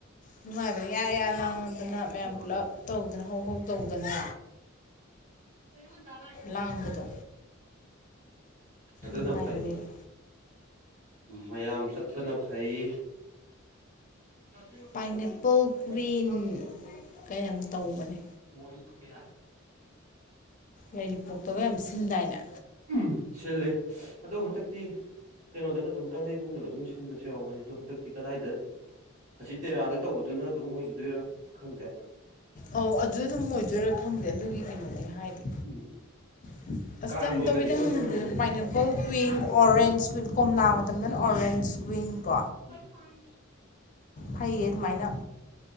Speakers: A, on the left; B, on the right.
A: ꯅꯨꯡꯉꯥꯏꯕꯗ ꯏꯌꯥ ꯂꯥꯡꯉꯗꯅ ꯃꯌꯥꯝ
B: ꯍꯣꯏ
A: ꯄꯨꯜꯂꯞ ꯇꯧꯗꯅ ꯍꯧ ꯍꯧꯧ ꯇꯧꯗꯅ
B: ꯀꯃꯂ ꯍꯥꯏ
A: ꯂꯥꯡꯕꯗꯣ
B: ꯑꯗꯨꯅ
A: ꯅꯨꯡꯉꯥꯏꯕꯅꯦꯕ
B: ꯐꯩ ꯃꯌꯥꯝ ꯆꯠꯄꯅ ꯐꯩ <unintelligible>
A: ꯄꯥꯏꯅꯦꯄꯜ ꯀ꯭ꯋꯤꯟ ꯀꯩꯅꯣꯝ
B: ꯑꯣ
A: ꯇꯧꯕꯅꯦ
B: ꯑꯩ ꯀꯌꯥ
A: ꯌꯥꯏꯔꯤꯄꯣꯛꯇꯒ ꯌꯥꯝ ꯁꯤꯟꯗꯥꯏꯅꯦ
B: ꯎꯝ ꯁꯤꯜꯂꯤ ꯑꯗꯣ ꯍꯟꯗꯛꯇꯤ ꯀꯩꯅꯣꯗꯒ ꯑꯗꯨꯝ ꯀꯥꯡꯖꯩꯕꯨꯡꯗꯒ ꯑꯗꯨꯝ ꯁꯤꯟꯕꯁꯨ ꯌꯥꯎꯕꯅꯦ ꯑꯗꯣ ꯍꯟꯗꯛꯇꯤ ꯀꯗꯥꯏꯗ ꯑꯁꯤ ꯇꯦꯔꯥꯗ ꯇꯧꯕꯗꯨꯅ ꯑꯗꯨꯝ ꯑꯣꯏꯈꯤꯗꯣꯏꯔꯥ ꯈꯪꯗꯦ
A: ꯑꯧ ꯑꯗꯨ ꯑꯗꯨꯝ ꯑꯣꯏꯗꯣꯏꯔꯥ ꯈꯪꯗꯦ ꯑꯗꯨꯒꯤ ꯀꯩꯅꯣꯗꯤ ꯍꯥꯏꯗꯤ
B: ꯎꯝ
A: <inaudible> ꯑꯁꯇ
B: ꯀꯥꯡ
A: ꯌꯥꯝ
B: ꯂꯣꯏꯒꯗꯤ
A: ꯇꯧꯋꯤꯗ
B: ꯑꯗꯨꯝ
A: ꯃꯅꯤꯄꯨꯔꯁꯤ
B: ꯂꯣꯏꯈꯔꯦ
A: ꯄꯥꯏꯅꯦꯄꯜ ꯀ꯭ꯋꯤꯟ ꯑꯣꯔꯦꯟꯁ ꯀ꯭ꯋꯤꯟ ꯀꯣꯝꯂꯥ ꯃꯇꯝꯗꯅ ꯑꯣꯔꯦꯟꯁ ꯀ꯭ꯋꯤꯟ ꯀꯣ
B: ꯍ
A: ꯐꯩꯌꯦ ꯑꯗꯨꯃꯥꯏꯅ